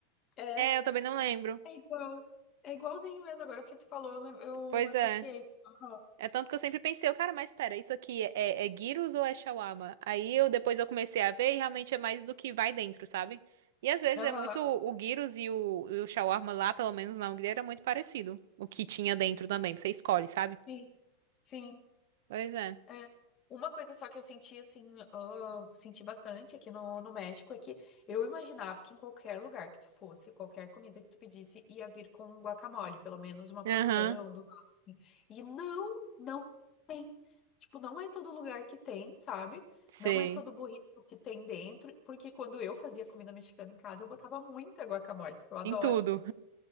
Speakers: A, on the left (about 25°); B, on the right (about 65°).
A: É.
B: É, eu também não lembro.
A: É igual. É igualzinho mesmo. Agora que tu falou, eu lem- eu
B: Pois
A: associei.
B: é.
A: Aham.
B: É tanto que eu sempre pensei, eu, cara, mas espera, isso aqui é, é é gyros ou é shawarma? Aí eu depois eu comecei a ver e realmente é mais do que vai dentro, sabe? E às vezes
A: Aham.
B: é muito o gyros e o, e o shawarma lá, pelo menos na Hungria, era muito parecido. O que tinha dentro também, você escolhe, sabe?
A: Sim. Sim.
B: Pois é.
A: É. Uma coisa só que eu senti, assim, ah, senti bastante aqui no, no México é que eu imaginava que em qualquer lugar que tu fosse, qualquer comida que tu pedisse, ia vir com guacamole, pelo menos uma
B: Aham,
A: porção do lado. assim. E não, não tem. Tipo, não é todo lugar que tem, sabe?
B: sei.
A: Não é todo burrito que tem dentro, porque quando eu fazia comida mexicana em casa, eu botava muita guacamole, porque eu adoro.
B: Em tudo.